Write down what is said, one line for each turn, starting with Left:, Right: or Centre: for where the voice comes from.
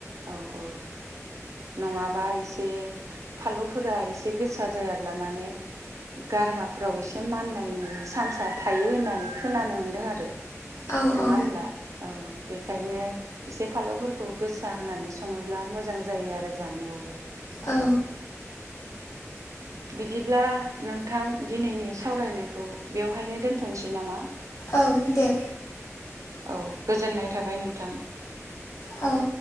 Right: औ औ नङाबा एसे फालौफोरा एसे गोसा जायाब्ला माने गारमाफोराव एसे माननायनि सान्सा थायो होननानै खोनानो मोनदों आरो
Left: औ
Right: नङा
Left: औ
Right: होनब्ला औ बेखायनो एसे फालौफोरखौ गोसा सा होनानै सङोब्ला मोजां जायो आरो जानायावबो।
Left: औ
Right: बिदिब्ला नोंथां दिनैनि सावरायनायखौ बेवहायनो दोनथ'नोसै नामा?
Left: औ दे।
Right: औ गोजोननाय थाबाय नोंथां।
Left: औ